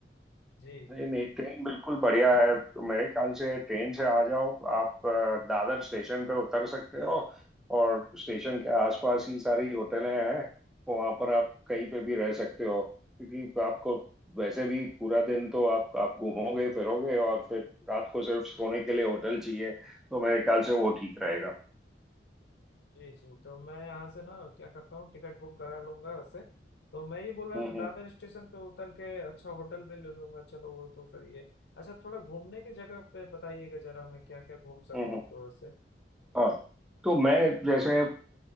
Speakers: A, on the left; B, in the centre.
A: जी
B: नहीं नहीं ट्रेन बिल्कुल बढ़िया है तो मेरे ख्याल से ट्रेन से आ जाओ आप अ, दादर स्टेशन पे उतर सकते हो और स्टेशन के आसपास ही सारी होटलें हैं वहाँ पर आप कहीं पे भी रह सकते हो क्योंकि आपको वैसे भी पूरा दिन तो आप आप घूमोगे फिरोगे और फिर रात को सिर्फ सोने के लिए होटल चाहिए तो मेरे ख्याल से वो ठीक रहेगा
A: जी जी तो मैं यहाँ से ना क्या करता हूँ टिकट बुक करा लूंगा उससे तो मैं ये बोल रहा
B: हम्म
A: था दादर
B: हम्म
A: स्टेशन पे उतर के अच्छा होटल भी ले लूंगा चलो वो तो फिर ये अच्छा थोड़ा घूमने की जगह पे बताइएगा जरा मैं क्या क्या घूम सकूँ
B: हम्म हम्म।
A: थोड़ा से
B: हाँ तो मैं जैसे अ,